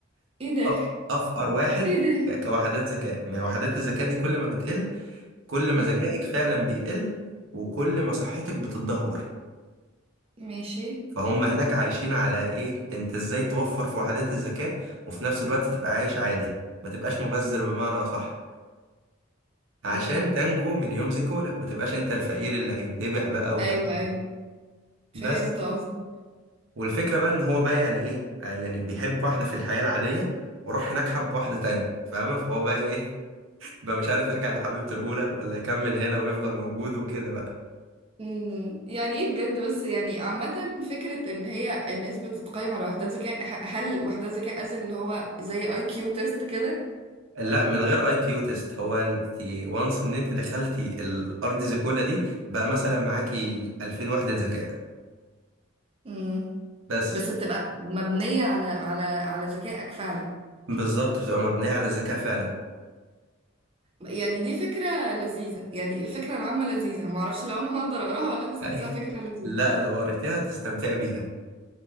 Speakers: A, on the right; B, on the right.
A: ايه ده
B: أف- افقر واحد
A: ايه ده
B: ك- كوحدات ذكاء ما وحدات الذكاء دي كل ما بتقل كل ما
A: امم
B: ذكائك فعلا بيقل وكل ما صحتك بتتدهور
A: ماشي
B: فهم هناك عايشين على ايه انت ازاي توفر في وحدات الذكاء وفي نفس الوقت تبقى عايش عادي ما تبقاش مبذر بمعنى صح عشان
A: امم
B: تنجو من يوم زيكولا ما تبقاش انت الفقير اللي هيتذبح بقى والحاجات
A: ايوه ايوه
B: دي
A: فهمت
B: بس
A: قصدي
B: والفكرة بقى ان هو بقى يعني ايه آه يعني بيحب واحدة في الحياة العادية وراح هناك حب واحدة تانية فاهمة فهو بقى ايه <laughs> بقى مش عارف يرجع لحبيبته الأولى ولا يكمل هنا ويفضل موجود وكده بقى
A: مم. يعني ايه بجد بس يعني عامة فكرة ان هي الناس بتتقيم على وحدات ذكاء ه- هل وحدات ذكاء از اللي هو زي اي كيو تيست كده
B: لا من غير اي كيو تيست هو انت وانس ان انت دخلتي الارض زيكولا دي بقى مثلا معاكي 2000 وحدة ذكاء
A: مم.
B: بس
A: بس بتبقى مبنية على على على ذكائك فعلا
B: بالظبط بتبقى مبنية على الذكاء فعلا
A: يعني دي فكرة لذيذة يعني الفكرة العامة لذيذة معرفش لو انا هقدر اقراها ولا لا بس
B: <laughs>
A: حاساها فكرة لذيذة
B: لا لو قريتيها تستمتعي بيها